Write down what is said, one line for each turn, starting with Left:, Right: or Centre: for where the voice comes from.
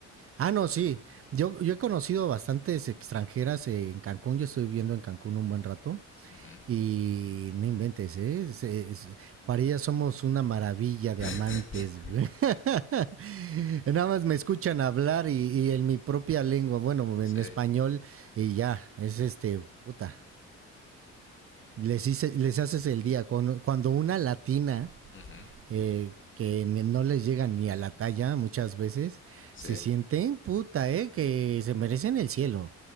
Right: Ah, no, sí. Yo, yo he conocido bastantes extranjeras en Cancún. Yo estoy viviendo en Cancún un buen rato.
Left: Ujú.
Right: Y no inventes, ¿eh? Se- es- para ella somos una maravilla de
Left: <laughs>
Right: amantes, güey. <laughs> Nada más me escuchan hablar y, y en mi propia lengua, bueno,
Left: Sí,
Right: en español, y ya, es este, puta. Les, hice- les haces el día. Cuando, cuando una latina
Left: ujú,
Right: eh, que ne- no les llega ni a la talla muchas veces,
Left: sí,
Right: se sienten, puta, ¿eh? Que se merecen el cielo.